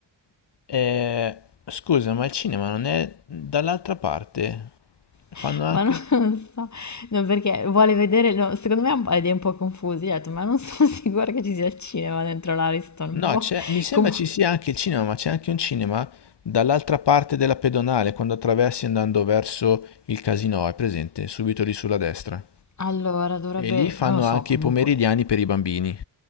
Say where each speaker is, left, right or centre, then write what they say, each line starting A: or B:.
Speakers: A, on the left (about 60°); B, on the left (about 35°).
A: Eh, scusa, ma il cinema non è dall'altra parte? Fanno
B: <laughs>
A: anche...
B: ma non so, no, perché vuole vedere, no, secondo me ha un po' idee un po' confuse, gli ho detto, ma non sono <laughs> sicura che ci sia il cinema dentro l'Ariston.
A: No,
B: Boh.
A: c'è... mi sembra
B: Comu-
A: ci sia anche il cinema, ma c'è anche un cinema dall'altra parte della pedonale, quando attraversi andando verso il casino, è presente, subito lì sulla destra.
B: allora, dovrebbe,
A: E lì fanno
B: non lo so,
A: anche
B: comunque
A: i pomeridiani per i bambini.